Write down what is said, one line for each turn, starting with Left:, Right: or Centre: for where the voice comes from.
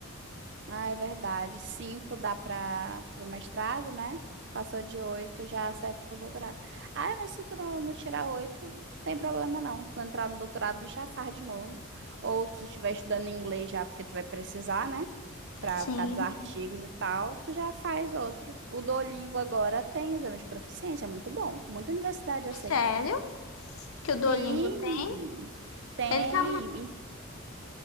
Right: Ah, é verdade. Cinco dá para o mestrado, né? Passou de oito, já serve para o doutorado. Ah, mas se tu não, não tirar oito, tem problema não. Se tu entrar no doutorado, já faz de novo. Ou se tu estiver estudando inglês já, porque tu vai precisar, né? Pra,
Left: Sim.
Right: por causa dos artigos e tal, tu já faz outro. O Duolingo agora tem exame de proficiência, é muito bom. Muita universidade aceita.
Left: Sério? Que o Duolingo
Right: Sim,
Left: tem?
Right: tem.
Left: Ele tá,